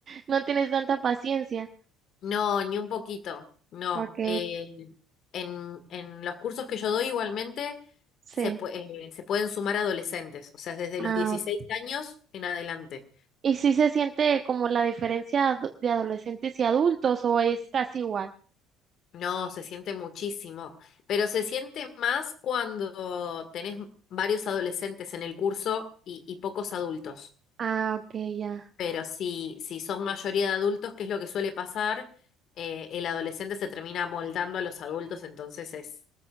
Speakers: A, on the right; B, on the left.
A: no tienes tanta paciencia.
B: No, ni un poquito. No.
A: Ok,
B: Eh, en, en los cursos que yo doy igualmente
A: sí.
B: se, pue- eh, se pueden sumar adolescentes, o sea, desde
A: Ah,
B: los 16
A: ok.
B: años en adelante.
A: ¿Y si se siente como la diferencia ad- de adolescentes y adultos o es casi igual?
B: No, se siente muchísimo, pero se siente más cuando tenés varios adolescentes en el curso y, y pocos adultos.
A: Ah, ok, ya.
B: Pero si, si son mayoría de adultos, que es lo que suele pasar, eh, el adolescente se termina amoldando a los adultos, entonces es,